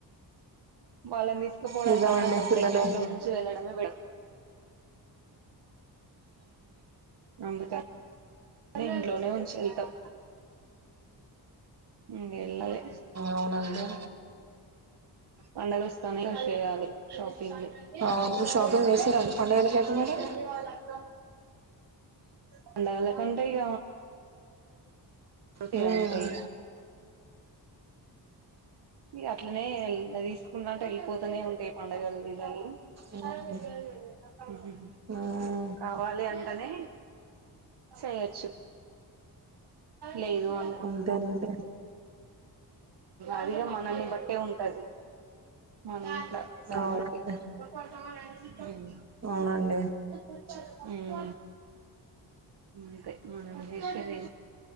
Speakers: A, on the right; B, on the right.
A: వాళ్ళని తీసుకుపోవడానీ
B: నిజమండి
A: కన్నా సప్పడేకి
B: పిల్లలే
A: ఇంట్లో ఉంచి వెళ్ళడమే బెటర్ బకా <unintelligible> ఇంట్లోనే ఉంచి వెళ్తాం ఇంగ వెళ్ళలే
B: అవునండి
A: వండలు ఇస్తానే కృషి చేయాలి షప్ <unintelligible> అ
B: అవును
A: పెలిగా
B: షాపింగ్
A: అంటే
B: చేస్తారండి పండుగలకైతే
A: ఆ
B: మీరు
A: తెల్లి వాళ్ళ అక్కం <unintelligible> పండగల కంటే ఇగ అంటే
B: మ్మ్
A: అంతే ఇగ అట్లనే తీసుకుంటా అంటే వెళ్ళిపోతూనే ఉంటాయి పండుగలునీ <unintelligible>
B: మ్మ్
A: అరజ <unintelligible>
B: మ్మ్ మ్మ్
A: కావాలి అంటనే చేయొచ్చు లేదు అ
B: ఉంటేనను ఉంటే
A: అదిగా మనల్ని బట్టే ఉంటది మనం సండబటి
B: అవునండి
A: <unintelligible>
B: అవునండి
A: ఉం అంతే మనం చేసేది